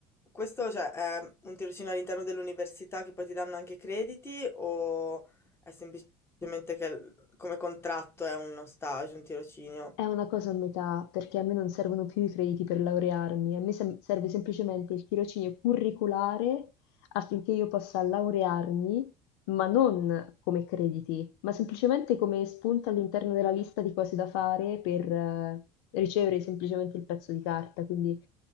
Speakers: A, on the left (about 20°); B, on the left (about 85°).
A: questo cioè, è un tirocinio all'interno dell'università che poi ti danno anche crediti o è semplicemente che l- come contratto è uno stage, un tirocinio?
B: È una cosa a metà, perché a me non servono più i crediti per laurearmi, a me sem- serve semplicemente il tirocinio curriculare affinché io possa laurearmi, ma non come crediti, ma semplicemente come spunta all'interno della lista di cose da fare per eh, ricevere semplicemente il pezzo di carta. Quindi